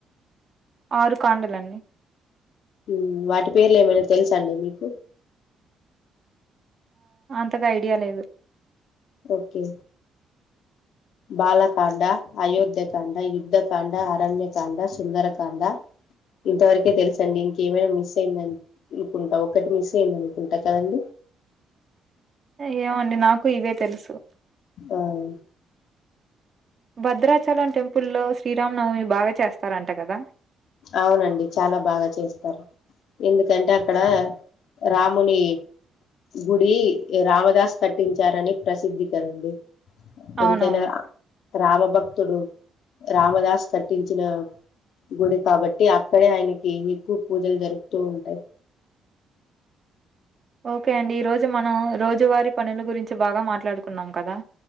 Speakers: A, on the right; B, on the left.
A: ఆరు కాండలన్నీ
B: ఉమ్ వాటి పేర్లు ఏమైనా తెలుస అండి మీకు
A: అంతగ ఐడియా లేదు
B: ఓకే బాలకాండ అయోధ్యకాండ యుద్ధకాండ అరణ్యకాండ సుందరకాండ ఇంతవరకే తెలుసండి ఇంకేమైనా మిస్ అయింద అనుకుంటా ఒకటి మిస్ అయింద అనుకుంటా కదండి
A: యేవోండి నాకు ఇవే తెలుసు
B: అవున
A: భద్రాచలం టెంపుల్లో శ్రీరామనవమి బాగా చేస్తారంట కదా
B: అవునండి చాలా బాగా చేస్తారు ఎందుకంటే అక్కడ రాముని గుడి రామదాస్ కట్టించారని ప్రసిద్ధి కదండి
A: అవునవును
B: ఎంతేనా ఆ రామ భక్తుడు రామదాస్ కట్టించిన గుడి కాబట్టి అక్కడే ఆయనకి ఎక్కువ పూజలు జరుపుతూ ఉంటాయి
A: ఓకే అండి ఈ రోజు మనం రోజు వారి పనుల గురించి బాగా మాట్లాడక్ కున్నాం కదా